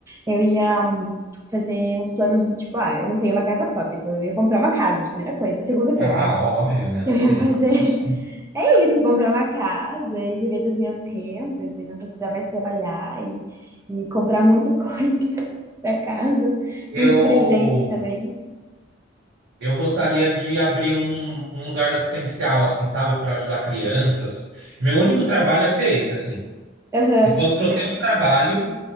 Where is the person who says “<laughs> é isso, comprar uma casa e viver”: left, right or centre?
Right